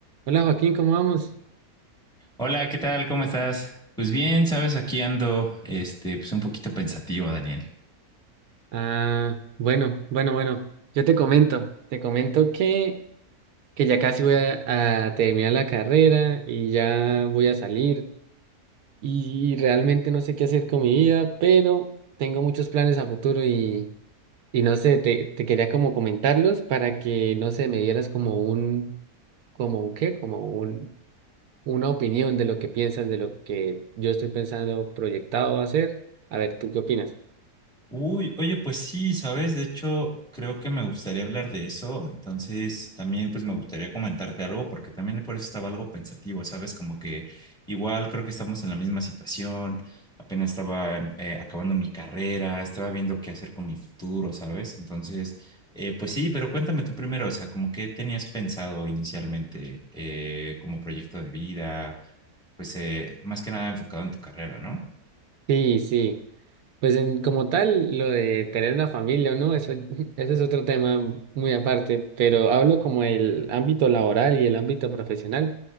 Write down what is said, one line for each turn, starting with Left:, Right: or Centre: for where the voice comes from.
Right: Hola Joaquín, ¿cómo vamos?
Centre: Hola, ¿qué tal? ¿Cómo estás? Pues bien, sabes, aquí ando, este, pues un poquito pensativo, Daniel.
Right: Ah, bueno, bueno, bueno. Yo te comento, te comento que, que ya casi voy a, a terminar la carrera y ya voy a salir y realmente no sé qué hacer con mi vida, pero tengo muchos planes a futuro y, y no sé, te, te quería como comentarlos para que, no sé, me dieras como un, como un qué, como un, una opinión de lo que piensas, de lo que yo estoy pensando proyectado hacer. A ver, ¿tú qué opinas?
Centre: Uy, oye, pues sí, sabes, de hecho, creo que me gustaría hablar de eso, entonces también pues me gustaría comentarte algo, porque también por eso estaba algo pensativo, sabes, como que igual creo que estamos en la misma situación, apenas estaba eh, acabando mi carrera, estaba viendo qué hacer con mi futuro, sabes, entonces, eh, pues sí, pero cuéntame tú primero, o sea, como qué tenías pensado inicialmente eh, como proyecto de vida, pues eh, más que nada enfocado en tu carrera, ¿no?
Right: Sí, sí. Pues en, como tal, lo de tener una familia o no, eso, <laughs> ese es otro tema muy aparte, pero hablo como el ámbito laboral y el ámbito profesional.